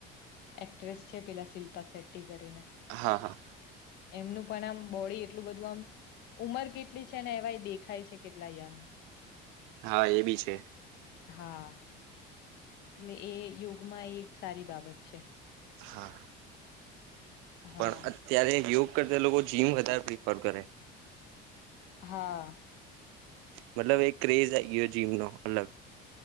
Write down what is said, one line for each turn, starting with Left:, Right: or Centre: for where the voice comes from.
Left: એક્ટ્રેસ છે. પેલા શિલ્પા સેટ્ટી કરીને,
Right: હા હા
Left: એમનું પણ આમ બોડી એટલું બધું આમ, ઉમર કેટલી છે ને? એવાય દેખાય છે. કેટલા યંગ
Right: હા, એ બી છે.
Left: હા! એટલે, એ યોગમાં એ એક સારી બાબત છે.
Right: હા,
Left: હા
Right: પણ અત્યારે યોગ કરતા, લોકો જીમ વધારે પ્રિફર કરે.
Left: હા!
Right: મતલબ એક ક્રેઝ આયી ગ્યો જીમનો અલગ